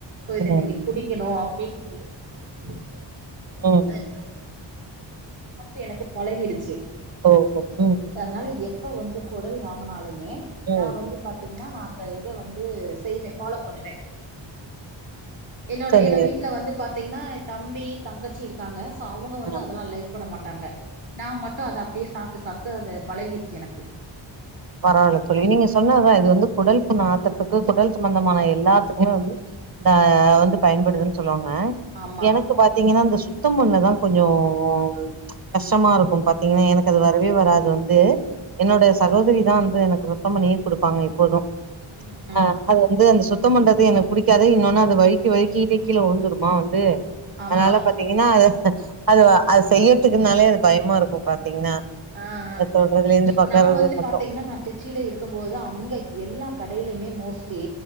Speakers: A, on the right; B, on the right.
A: சோ
B: ம்
A: இத
B: ம்
A: நீங்க குடிங்கணு அப்படின்னு சொல்லி போர்ஸ் பண்ணி குடிக்கணு
B: ம்
A: அதனால அத அப்டியே சாப்ட்டு எனக்கு பழகிடுச்சு
B: ஓ ஓ ம் ம்
A: அதனால எப்ப வந்து கொடல் வாங்குனாலுமே
B: ம்
A: நா வந்து பாத்தீங்கன்னா நா அந்த இத வந்து செய்வே ஃபாலோ பண்ணுவே என்னோட
B: சரிங்க
A: என்ன வீட்ல வந்து பாத்தீங்கன்னா தம்பி தங்கச்சி இருக்காங்க சோ அவங்க வந்து
B: ஆ
A: அதெல்லா லைக் பண்ண மாட்டாங்க நா மட்டு அத அப்டியே சாப்ட்டு சாப்ட்டு அத பழகிருச்சு எனக்கு
B: பரவால்ல தோழி நீங்க சொன்னதுதா இது வந்து குடல் புண்ஆத்தத்துக்கு குடல் சம்பந்தமான எல்லாத்துக்குமே வந்து தா வந்து பயன்படுதுன்னு சொல்லுவாங்க
A: ஆமா
B: எனக் இப்ப பாத்தீங்கன்னா அந்த சுத்தம் பண்ணதா கொஞ்சோம் கஷ்டமா இருக்கும் பாத்தீங்கன்னா எனக்கு அது வரவே வராது வந்து என்னோட சகோதரி தா வந்து எனக்கு சுத்தம் பண்ணியே குடுப்பாங்க இப்போது
A: ம் ம்
B: ஆ அது வந்து அந்த சுத் சுத்தம் பண்றது எனக்கு புடிக்காது இன்னொன்னு அது வழு வழுக்கிட்டே கீழ விழுந்துருமா வந்து
A: ஆமா
B: அதனால <inaudible> ங்கன்னா அது அது அது செய்யறதுக்குனாலே அது பயமா இருக்கு பாத்தீங்கன்னா
A: ஆ ஆ
B: அது தொடுறதுல இருந்து
A: இப்ப
B: பாக்கறது
A: நான் வந்து
B: மட்டு
A: பாத்தீங்கன்னா நான் திருச்சியிலருக்கும் போது அங்க எல்லா கடையிலுமே மோஸ்ட்லி